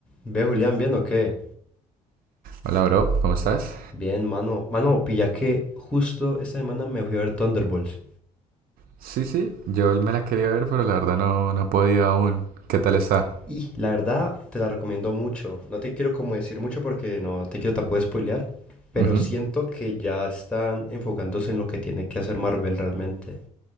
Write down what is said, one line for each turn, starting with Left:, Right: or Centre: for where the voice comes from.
Centre: Ve, Julián, ¿bien o qué?
Right: Hola, bro, ¿cómo estás?
Centre: Bien, mano. Mano, pilla que justo esta semana me fui a ver Thunderbolts.
Right: Sí, sí, yo me la quería ver, pero la verdad no, no he podido aún. ¿Qué tal está?
Centre: Y la verdad, te la recomiendo mucho. No te quiero como decir mucho porque no te quiero tampoco spoilear. Pero
Right: Ujú.
Centre: siento que ya están enfocándose en lo que tiene que hacer Marvel realmente.